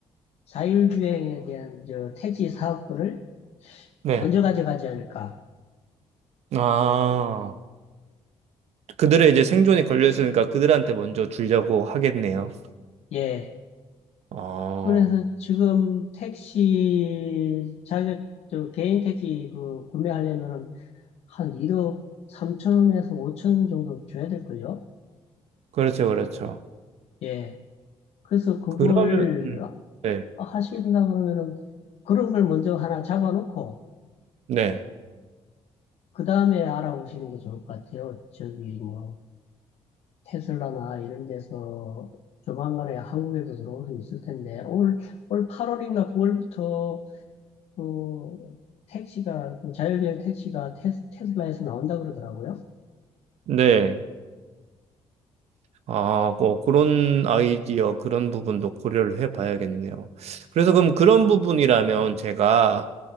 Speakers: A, on the left; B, on the right.
A: 자율주행에 대한 저 택시 사업권을
B: 네.
A: 먼저 가져가지 않을까.
B: 아, 그들의 이제 생존이 걸려 있으니까 그들한테 먼저 주려고 하겠네요.
A: 예.
B: 어,
A: 그래서 지금 택시 자격 저 개인 택시 그 구매하려면은 한 1억 3천 원에서 5천 원 정도 줘야 될걸요.
B: 그렇죠, 그렇죠.
A: 예. 그래서 그걸
B: 그러면, 음, 네,
A: 하신다 그러면은 그런 걸 먼저 하나 잡아놓고
B: 네,
A: 그 다음에 알아보시는 게 좋을 것 같아요. 저기 뭐 테슬라나 이런 데서 조만간에 한국에도 들어올 수 있을 텐데 올, 올 8월인가 9월부터 그 택시가 그 자율주행 택시가 테, 테슬라에서 나온다 그러더라고요.
B: 네. 아, 뭐 그런 아이디어, 그런 부분도 고려를 해봐야겠네요. 그래서 그럼 그런 부분이라면 제가